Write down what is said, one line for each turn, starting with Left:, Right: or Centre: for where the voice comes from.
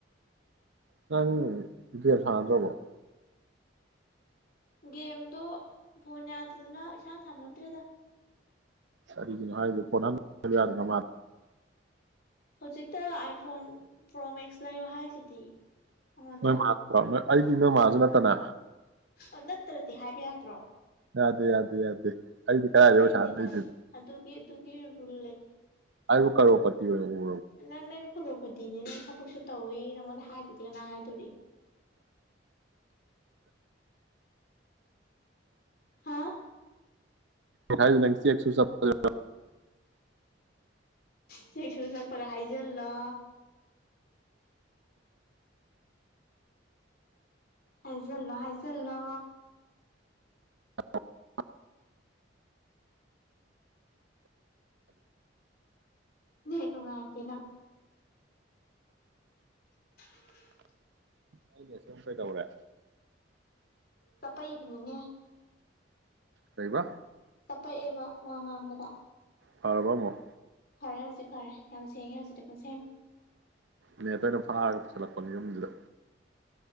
Right: ꯅꯪ ꯒꯦꯝ ꯁꯥꯟꯅꯗ꯭ꯔꯕꫭ
Left: ꯒꯦꯝꯗꯨ ꯐꯣꯅꯌꯥ ꯑꯗꯨꯗꯨꯅ ꯏꯁꯥꯟ ꯁꯥꯟꯅꯗꯔꯦꯗ
Right: ꯀꯔꯤꯒꯤꯅꯣ ꯍꯥꯏꯁꯤ ꯐꯣꯅ ꯑꯃꯥ ꯂꯩꯍꯥꯂꯨ ꯌꯗꯔꯥ ꯅꯥꯃꯗ
Left: ꯍꯧꯖꯤꯛꯇ ꯑꯥꯏꯐꯣꯟ ꯄ꯭ꯔꯣ ꯃꯦꯛꯁ ꯂꯩꯌꯣ ꯍꯥꯏ ꯁꯤꯇꯤ ꯑꯩꯉꯣꯟꯗ
Right: ꯅꯣꯏ ꯃꯥ ꯑꯩꯗꯤ ꯅꯣꯏ ꯃꯥꯁꯨ ꯅꯠꯇꯅ
Left: ꯑ ꯅꯠꯇ꯭ꯔꯗꯤ ꯍꯥꯏꯕ ꯌꯥꯗ꯭ꯔꯣ
Right: ꯌꯥꯗꯦ ꯌꯥꯗꯦ ꯌꯥꯗꯦ ꯌꯥꯗꯦ ꯑꯩꯗꯤ ꯀꯥꯏꯗꯩ
Left: ꯂꯩꯇꯦꯗ
Right: ꯄꯩꯁꯥꯟ ꯂꯩꯗꯣꯏꯕꯥ
Left: ꯑꯗꯨꯒꯤ ꯑꯗꯨꯒꯤ ꯔꯨꯜ
Right: ꯑꯩꯕꯨ ꯀꯔꯣꯄꯥ <unintelligible>
Left: ꯅꯥꯪꯗ ꯑꯩꯅꯥ ꯀꯔꯣꯄꯥꯠ ꯇꯤꯅꯤ ꯅꯪ ꯊꯕꯛꯁꯨ ꯇꯧꯋꯤ ꯅꯪꯉꯣꯟꯗ ꯍꯥꯏꯗꯔꯥꯗꯤ ꯀꯅꯥ ꯍꯥꯏꯗꯣꯔꯤ ꯍꯥꯥ
Right: ꯍꯥꯏꯔꯤꯁꯤ ꯅꯡ ꯆꯦꯀ ꯁꯨ ꯆꯠꯞꯁꯤꯔꯣ
Left: ꯆꯦꯛ ꯁꯨ ꯆꯇꯄꯒ ꯍꯥꯏꯩꯖꯜꯂꯣ ꯍꯥꯏꯖꯜꯂꯣ ꯍꯥꯏꯩꯖꯂꯣ
Right: <unintelligible>
Left: ꯅꯦꯠ ꯅꯨꯉꯥꯏꯇꯦꯟ <inaudible>
Right: ꯑꯩꯅꯁꯨꯝ ꯀꯩꯗꯧꯔꯦ
Left: ꯆꯄꯛꯏꯕꯅꯤꯅꯦ
Right: ꯀꯩꯗꯧꯕ
Left: ꯆꯄꯛꯑꯦꯕ ꯋꯥ ꯉꯥꯡꯕꯗ
Right: ꯄꯔꯕ ꯑꯃꯣꯛ
Left: ꯐꯔꯦ ꯍꯧꯖꯤꯛ ꯐꯔꯦ ꯌꯥꯝ ꯁꯦꯡꯉꯦ ꯍꯧꯖꯤꯛꯇꯤ ꯄꯨꯡꯁꯦꯡ
Right: ꯅꯦꯇꯣ ꯑꯩꯟ ꯐꯥꯔꯥꯒ ꯄꯨꯁꯤꯜꯂꯛꯄꯅꯤ ꯌꯨꯝꯁꯤꯗ